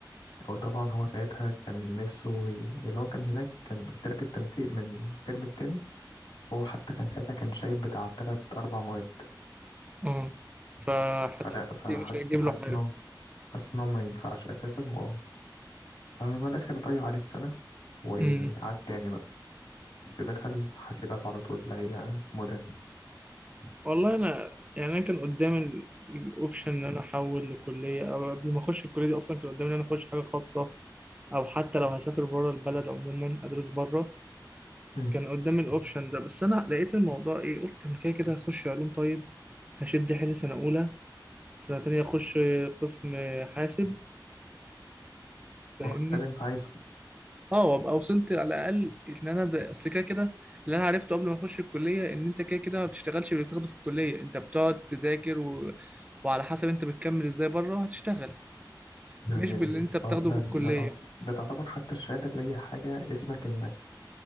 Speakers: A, on the left; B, on the right.
A: هو طبعا هو ساعتها كان نفسه ي... اللي هو كان هناك كان قلت لك التنسيق من الترم التاني هو حتى كان ساعتها كان شايل بتاع تلات أربع مواد
B: اه فحتى
A: فلا
B: التنسيق
A: فحس
B: مش هيجيب
A: حس
B: له حاجة
A: إنه حس إنه ما ينفعش أساسا و... فما الآخر ضيع عليه السنة وقعد
B: امم
A: تاني بقى بس دخل حاسبات على طول اللي هي مودرن
B: والله أنا يعني أنا كان قدامي الأوبشن إن أنا أحول لكلية أو قبل ما أخش الكلية دي أصلا كان قدامي إن أنا أخش حاجة خاصة أو حتى لو هسافر بره البلد عموما أدرس بره
A: مم.
B: كان قدامي الأوبشن ده بس أنا لقيت الموضوع إيه قلت أنا كده كده هخش علوم طيب هشد حيلي سنة أولى سنة تانية أخش قسم حاسب فاهمني
A: واخد اللي أنت عايزه
B: اه وابقى وصلت على الأقل إن أنا ده أصل كده كده اللي أنا عرفته قبل ما أخش الكلية إن أنت كده كده ما بتشتغلش باللي بتاخده في الكلية أنت بتقعد تذاكر و... وعلى حسب أنت بتكمل إزاي بره هتشتغل
A: يعني
B: مش باللي
A: ال...
B: أنت بتاخده
A: ده ده
B: في الكلية
A: ده تعت- ده تعتبر حتى الشهادة اللي هي حاجة اسمك إنك